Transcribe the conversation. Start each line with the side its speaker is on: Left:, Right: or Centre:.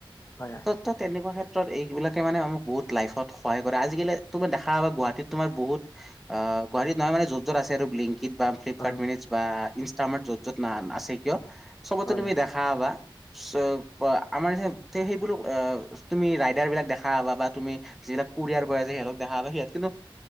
Left: হয় হয়
Centre: ত, ত, তেনেকুৱা শেত তত, এইবিলাকে মানে আমুক বহুত লাইফত সহায় কৰে। আজিকালি তুমি দেখা পাবা গুৱাহাটীত তোমাৰ বহুত আ গুৱাহাটীত নয় মানে য'ত য'ত আছে আৰু ব্লিং <unintelligible> ফ্লিপকাৰ্ট
Left: অ
Centre: মিনিটছ বা ইনষ্টামাৰ্ত য'ত য'ত নান আছে কিয় চবতে
Left: হয়
Centre: তুমি
Left: হয়
Centre: দেখা পাবা <unintelligible> আমাৰ যে তে, সেইবোৰ আ, তুমি ৰাইডাৰ বিলাক দেখা পাবা বা তুমি যিবিলাক কোৰিয়াৰ বয় যে সিহঁতক দেখা পাবা সিহঁত কিন্তু